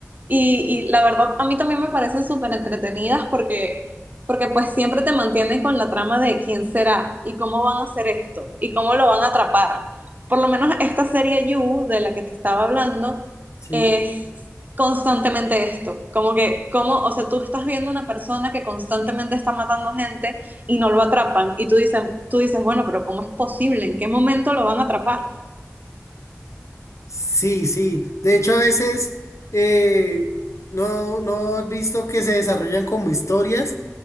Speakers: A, on the right; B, on the left.
A: y, y la verdad a mí también me parecen súper entretenidas porque, porque pues siempre te mantienen con la trama de quién será y cómo van a hacer esto y cómo lo van a atrapar. Por lo menos esta serie You de la que te estaba hablando
B: Sí.
A: es constantemente esto, como que, como, o sea, tú estás viendo una persona que constantemente está matando gente y no lo atrapan. Y tú dices, tú dices, bueno, pero ¿cómo es posible? ¿En qué momento lo van a atrapar?
B: Sí, sí. De hecho, a veces eh, no, no has visto que se desarrollan como historias